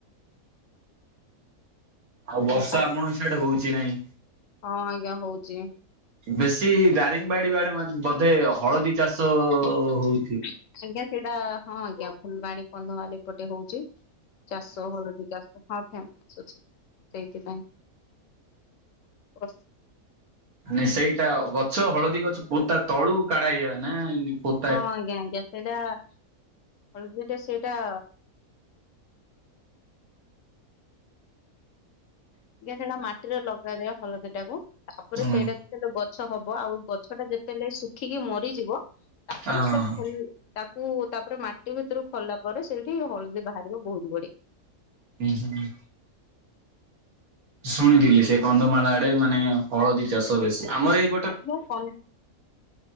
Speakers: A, on the right; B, on the left.
A: ଆଉ ବର୍ଷା
B: ଖାଲି
A: ଆପଣଙ୍କ ସିଆଡେ ହଉଛି ନାଇଁ?
B: ହଁ ଆଜ୍ଞା ହଉଛି।
A: ବେଶୀ ଦାରିଙ୍ଗବାଡି ବାଡେ ମା ବଧେ ହଳଦୀ ଚାଷ ହଉ
B: ଆଜ୍ଞା ସେଇଟା ହଁ ଆଜ୍ଞା ଫୁଲବାଣୀ କନ୍ଧମାଲି ପଟେ ହଉଛି। ଚାଷ ହଳଦୀ ଚାଷ। ହଁ ଫ୍ୟାମ ସବୁ ସେଇଥିପାଇଁ <unintelligible>
A: ମାନେ ସେଇଟା ଗଛ ହଳଦୀ ଗଛ ପୋତା ତଳୁ କାଢା ହେଇଗଲାଣି ନା ଏଇ ପୋ
B: ହଁ ଆଜ୍ଞା ଆଜ୍ଞା ସେଇଟା ହଳଦୀ ଟା ସେଇଟା ଆଜ୍ଞା ସେଇଟା ମାଟିରେ ଲଗାଯାଏ ହଳଦୀଟାକୁ। ତାପରେ
A: ହୁଁ
B: ସେଇଟା ଯେତେବେଳେ ଗଛ ହବ ଆଉ ଗଛଟା ଯେତେବେଳେ ଶୁଖିକି ମରିଯିବ ତାପରେ
A: ହଁ
B: ସେଟା ଖୋଳି ତାକୁ ତାପରେ ମା ଟିକେ ଭିତରୁ ଖୋଳିଲା ପରେ ସେଇଠି ହଳଦୀ ବାହାରିବ ବହୁତ୍ ଗୋଡେ।
A: ଉଁ -ହୁଁ। ଶୁଣିଥିଲି ସେ କନ୍ଧମାଳ ଆଡେ ମାନେ ହଳଦୀ ଚାଷ ବେଶୀ ଆମର ଏଇ
B: <unintelligible>